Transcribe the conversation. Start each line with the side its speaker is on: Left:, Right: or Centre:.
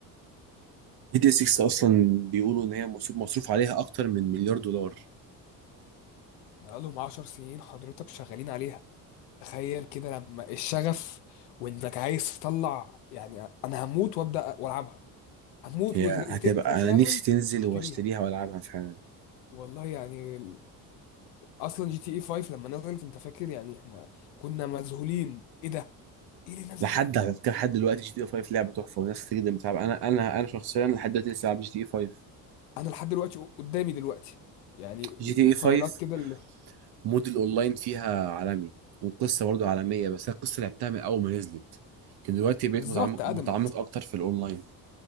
Right: جي تي
Left: انت
Right: 6
Left: فاهم
Right: اصلا بيقولوا ان هي مصروف مصروف عليها اكتر من مليار دولار
Left: بقالهم 10 سنين حضرتك شغالين عليها تخيل كده لما الشغف وانك عايز تطلع يعني انا هموت وابدا والعبها هموت
Right: هي
Left: وت-
Right: هتبقى
Left: وتنزل
Right: انا
Left: فعلا
Right: نفسي تنزل
Left: واشتريها
Right: واشتريها والعبها فعلا
Left: والله يعني اصلا جي تي اي 5 لما نزلت انت فاكر يعني احنا كنا مذهولين ايه ده ايه اللي نزل
Right: لحد
Left: ده
Right: على فكره لحد دلوقتي جي تي اي 5 لعبه تحفه وناس كتير جدا بتلعب انا انا انا شخصيا لحد دلوقتي لسه بلعب جي تي اي 5
Left: انا لحد دلوقتي قدامي دلوقتي يعني
Right: جي تي
Left: من
Right: اي
Left: الفايلات
Right: 5
Left: كده اللي
Right: مود الاونلاين فيها عالمي والقصه برضه عالميه بس أنا القصه لعبتها من اول ما نزلت لكن دلوقتي بقيت
Left: بالظبط
Right: متعمق
Left: قدمت
Right: متعمق اكتر في الاونلاين